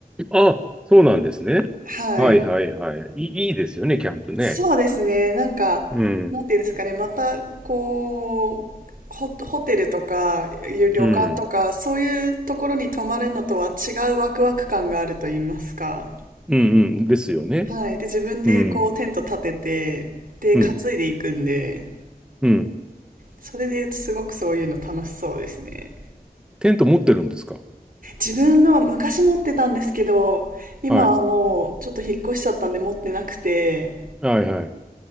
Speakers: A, in the centre; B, on the right.
A: あ、そうなんですね。
B: はい。
A: はいはいはい。いい、いいですよね、キャンプね。
B: そうですね。なんか、
A: うん、
B: なんていうんですかね。また、こう、ホ、ホテルとか、旅館とか、
A: うん、
B: そういうところに泊まるのとは違うワクワク感があると言いますか。
A: うん、うん、ですよね。
B: はい。で、自分でこう、
A: うん、
B: テント立てて、で、
A: うん、
B: 担いでいくんで、
A: うん。
B: それで言うとすごくそういうの楽しそうですね。
A: テント持ってるんですか
B: 自分のは昔持ってたんですけど、今はもうちょっと引っ越しちゃったんで持ってなくて、
A: はい。はいはい。